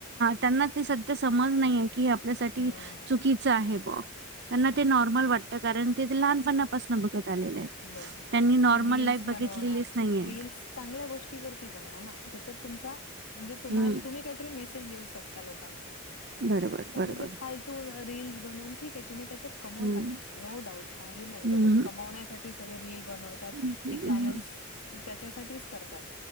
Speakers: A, on the right; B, on the left.
A: त्यांना ते सध्या समज नाहीेय की आपल्यासाठी
B: हम्म
A: चुकीच आहे ब्यो त्यांना
B: हम्म
A: ते नॉर्मल वाटतं कारण ते लहानपणापासून बघत आलेले आहेत
B: बरं
A: त्यांनी नॉर्मल
B: ते रील्स
A: लाईफ
B: बनवणार
A: बघितलेलीच नाहीये.
B: रील्स चांगल्या गोष्टीवरती बनवा ना ज्याच्यात तुमचा म्हणजे तुम्हाला
A: हम्म
B: तुम्ही काहीतरी मेसेज देऊ शकता लोकांना
A: बरोबर
B: <unintelligible> म्हणून
A: बरोबर
B: ते फालतू रिल्स बनवून ठिक आहे तुम्ही त्याच्यात कमवता
A: हम्म
B: नो डाऊट काही नाही
A: हम्म
B: त्याच्यात कमण्यासारख हे सगळे रिल बनतात
A: हम्म
B: हे चॅनल्स त्याच्यासाठीच करतात